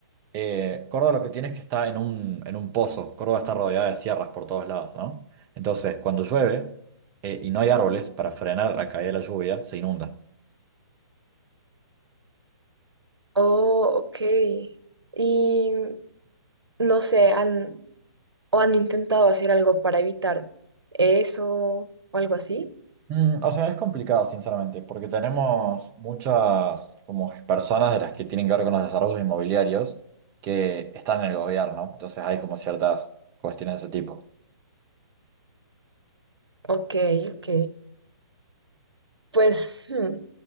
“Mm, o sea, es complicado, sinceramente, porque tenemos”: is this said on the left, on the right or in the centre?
Right